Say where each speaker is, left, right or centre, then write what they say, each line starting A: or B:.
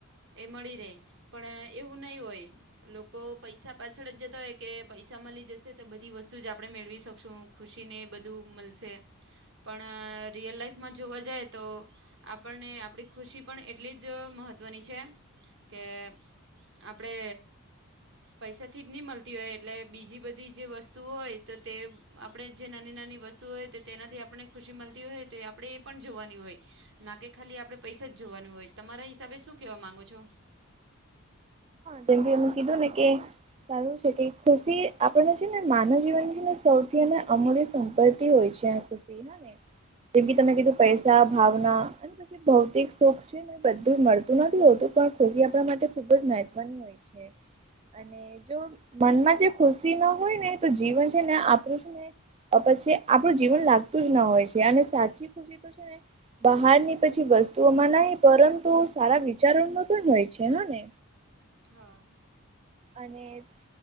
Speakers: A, on the right; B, on the right.
A: એ મળી રહે પણ એવું નહીં હોય, લોકો પૈસા પાછળ જ જતા હોય કે પૈસા મળી જશે તો બધી વસ્તુ જ આપે. આપણે મેળવી શકશું ખુશીને બધું મળશે. પણ રિયલ લાઈફમાં જોવા જાયતો, આપણને આપણી ખુશી પણ એટલી જ મહત્ત્વની છે, કે આપણે પૈસાથી જ નહીં મળતી હોય એટલે બીજી બધી જે વસ્તુ હોય, તો તે, આપણે જે નાની- નાની વસ્તુ હોય તેનાથી આપને ખુશી મળતી હોય તો આપણે એ પણ જોવાની હોય. ના કે ખાલી આપડે પૈસા જ હોય હિસાબે શું કેવા માંગો છો,
B: જેમ કે, હું કીધું ને કે. સારું છે, કે ખુશી આપને છે, ને માનવ જીવનની છે, ને સૌથી અને અમૂલ્ય. સંપત્તિ હોય છે, જેમ કે તમે કીધું પૈસા ભાવના. ભૌતિક સુખ છે, બધું મળતું નથી હોતું પણ ખુશી આપણા માટે ખુબ જ માટે. બન થયુ છે, અને જો મનમાં જે ખુશીમા હોય નેતો જીવન છે, ને આપડું છે. પછી આપણું જીવન લાગતું જના હોય છે, અને સાચી ખુશી તો છે, ને બહારની પછી વસ્તુઓમાં નહીં પરંતુ સારા વિચારોમાં પણ હોય છે, હેને?
A: હા <inaudible>
B: અને <inaudible>